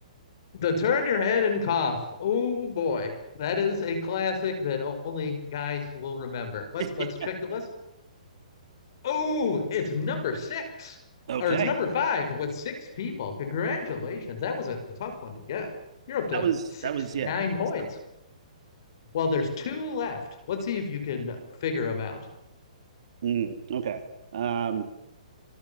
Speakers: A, on the left; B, on the right.
A: The turn your head and cough. Oh boy, that is a classic that only guys will remember. Let's
B: <laughs>
A: let's check the list. Oh, it's number six,
B: Okay.
A: or it's number five with six people. Congratulations, that was a tough one to get. You're up to
B: That was,
A: sixty
B: that was yeah.
A: nine points.
B: Let's talk.
A: Well, there's two left. Let's see if you can figure them out.
B: Mm, Okay. Um,